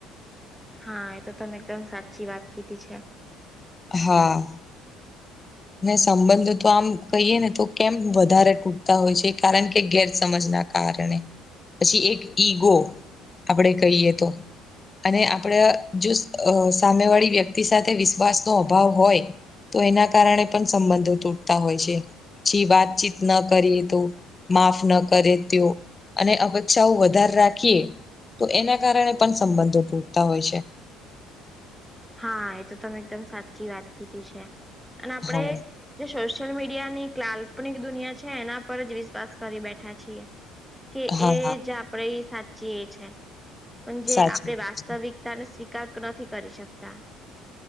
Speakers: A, in the centre; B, on the left.
A: હા એ તો તમે એકદમ સાચી વાત કીધી છે.
B: હા. સંબંધો તો આમ કહીએ ને તો કેમ વધારે તૂટતા હોય છે કારણ કે ગેરસમજના કારણે પછી એક ઈગો આપણેે કહીએ તો અને આપણે જો સામે વાળી વ્યક્તિ સાથે વિશ્વાસનો અભાવ હોય તો એના કારણે પણ સંબંધો તૂટતા હોય છે. પછી વાતચીત ન કરીએ તો માફ ન કરે તો અને અપેક્ષાઓ વધારે રાખીએ તો એના કારણે પણ સંબંધો તૂટતા હોય છે.
A: હા એ તો તમે એકદમ સાચી વાત કીધી છે અને આપડે
B: હા
A: જે સોશિયલ મીડિયાની કાલ્પનિક દુનિયા છે એના પર જ વિશ્વાસ કરી બેઠા છે. કે
B: હા
A: એ
B: હા
A: જ આપણેે સાચી એ છે પણ જે
B: સાચી
A: આપણે
B: વાત
A: વાસ્તવિક
B: છે
A: તનો સ્વીકાર નથી કરી શકતા.